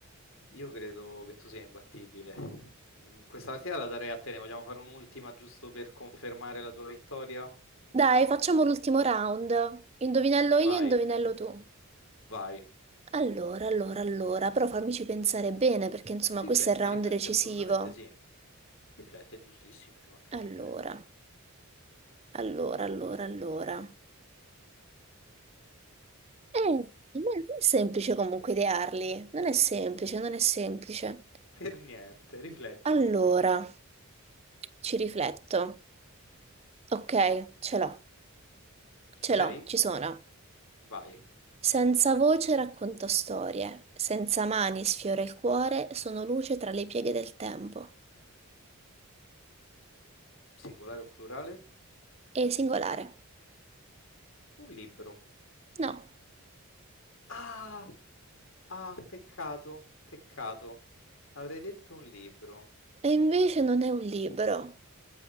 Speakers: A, on the left; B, on the right.
A: Io credo che tu sia imbattibile. Mm, Questa partita la darei a te. Ne vogliamo fare un'ultima giusto per confermare la tua vittoria?
B: Dai, facciamo l'ultimo round. Indovinello
A: Vai,
B: io, indovinello tu.
A: vai.
B: Allora, allora, allora, però fammici pensare bene perché insomma
A: Rifletti,
B: questo è il round
A: rifletti,
B: decisivo.
A: assolutamente sì. Rifletti, è giustissimo, ci mancherebbe.
B: Allora, allora, allora, allora. Eh, non è semplice comunque idearli, non è semplice, non è semplice.
A: Per niente, rifletti.
B: Allora, ci rifletto. Ok, ce l'ho,
A: Ci
B: ce
A: sei?
B: l'ho, ci sono.
A: Vai.
B: Senza voce racconto storie, senza mani sfiora il cuore, sono luce tra le pieghe del tempo.
A: Singolare o plurale?
B: È singolare.
A: Un libro.
B: No.
A: Ah, ah, peccato, peccato. Avrei detto un libro.
B: E invece non è un libro.